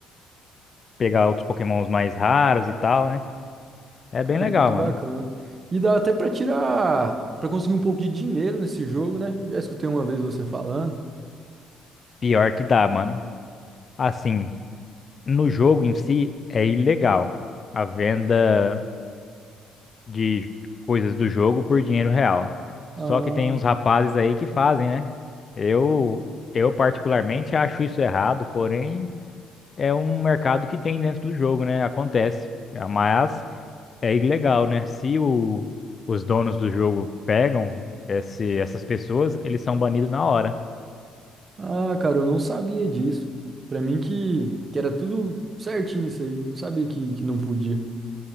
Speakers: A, on the left; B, on the right.
A: pegar outros Pokémons mais raros e tal, né? É
B: Cara,
A: bem legal,
B: muito bacana.
A: mano.
B: E dá até pra tirar, pra conseguir um pouco de dinheiro nesse jogo, né? Já escutei uma vez você falando.
A: Pior que dá, mano. Assim, no jogo em si é ilegal a venda de coisas do jogo por dinheiro real.
B: Ah,
A: Só que tem uns rapazes aí que fazem, né? Eu, eu particularmente acho isso errado, porém é um mercado que tem dentro do jogo, né? Acontece. É, Mas é ilegal, né? Se o, os donos do jogo pegam esse, essas pessoas, eles são banidos na hora.
B: ah, cara, eu não sabia disso. Pra mim que, que era tudo certinho isso aí, eu não sabia que, que não podia.